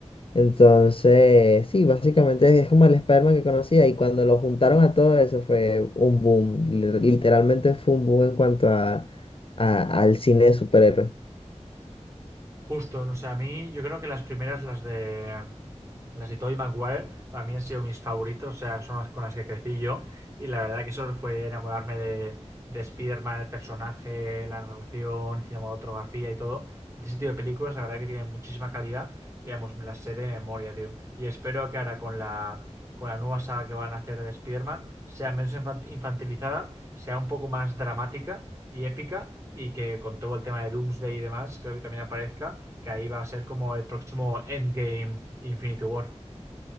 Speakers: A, on the left; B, on the right.
A: Entonces, sí, básicamente es como el Spider-Man que conocía y cuando lo juntaron a todo eso fue un boom. li- Literalmente fue un boom en cuanto a, a- al cine de superhéroes.
B: Justo, no sé, a mí yo creo que las primeras, las de las de Tobey Maguire, para mí han sido mis favoritos, o sea, son las con las que crecí yo y la verdad que eso fue enamorarme de, de Spider-Man, el personaje, la narración, cinematografía y todo. De ese tipo de películas, la verdad que tienen muchísima calidad y, vamos, me las sé de memoria, tío. Y espero que ahora con la con la nueva saga que van a hacer de Spider-Man, sea menos infantilizada, sea un poco más dramática y épica, y que con todo el tema de Doomsday y demás, creo que también aparezca, que ahí va a ser como el próximo Endgame Infinity War.